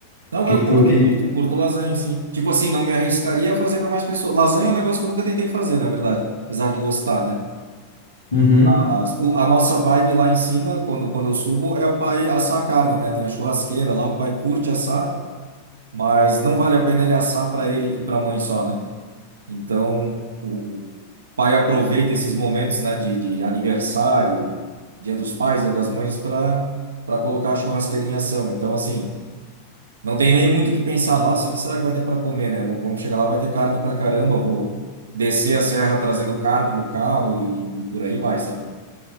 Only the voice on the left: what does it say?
O que
que tu.
Que...
Uhum.